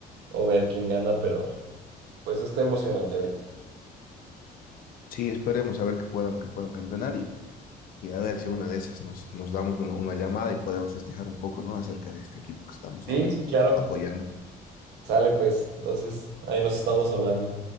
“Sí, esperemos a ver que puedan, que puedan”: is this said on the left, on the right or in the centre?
Left